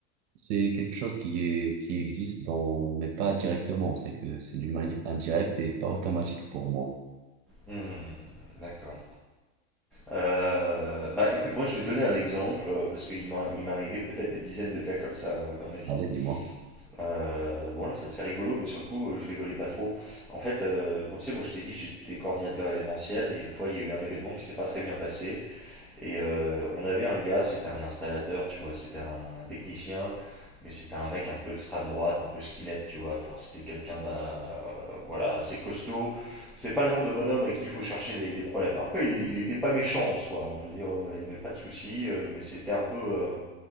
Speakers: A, on the right (about 65°); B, in the centre.
A: c'est quelque chose qui est, qui existe dans, mais pas directement, c'est que c'est d'une manière indirecte et pas automatique pour moi.
B: Hmm, d'accord. Euh, bah écoute, moi je vais te donner un exemple, euh, parce qu'il m'a- il m'est arrivé peut-être des dizaines de cas comme ça euh, dans ma vie.
A: Allez, dis-moi.
B: Euh, bon là ça- c'est rigolo mais sur le coup euh, je rigolais pas trop. En fait, euh, bon tu sais moi je t'ai dit j'étais coordinateur événementiel et une fois il y a eu un événement qui s'est pas très bien passé et euh, on avait un gars, c'était un installateur, tu vois, c'était un technicien, mais c'était un mec un peu extrême droite, un peu skinhead, tu vois. Enfin, c'était quelqu'un d'un, euh, voilà, assez costaud. C'est pas le genre de bonhomme à qui il faut chercher des, des problèmes. Après, il, il était pas méchant en soi, hein. je veux dire, euh, il n'y avait pas de souci, euh, mais c'était un peu, euh,